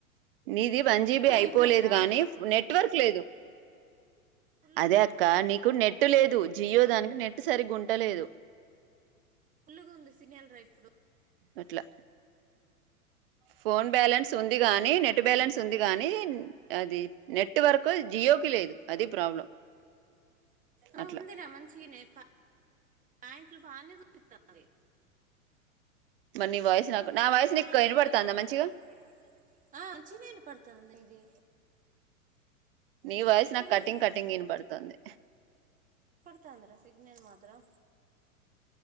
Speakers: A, on the right; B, on the right.
A: నిది వన్ జీబీ
B: ఇప్పుడు
A: అయిపోలేదు
B: అయిపోలేదురా
A: గాని నెట్వర్క్ లేదు
B: ఫుల్గానే
A: అదే అక్క
B: ఉంది
A: నీకు నెట్ లేదు జియో దానికి నెట్ సరిగ్గుంటలేదు
B: ఫుల్లుగుంది సిగ్నల్ ర ఇప్పుడు
A: అట్లా ఫోన్ బ్యాలెన్స్ ఉంది గాని నెట్ ట్ బ్యాలెన్స్ ఉంది కానీ అది నెట్వర్క్ జియో కి లేదు అది ప్రాబ్లం
B: ఆ
A: అట్లా
B: ఉందిరా మంచిగనే పా పాయింట్లు బానే చూపిత్తంది
A: మరి నీ వాయిస్ నాకు
B: <unintelligible>
A: నా వాయిస్ నీకు వినపడుతుందా మంచిగా
B: ఆ చిన్నగినపడతాంది ఇది
A: నీ వాయిసు
B: మంచిగానే
A: నాకి కటింగ్
B: సిగ్
A: కటింగ్ గ ఇనపడుతంది
B: స్తాంది రా సిగ్నెల్ మాత్రం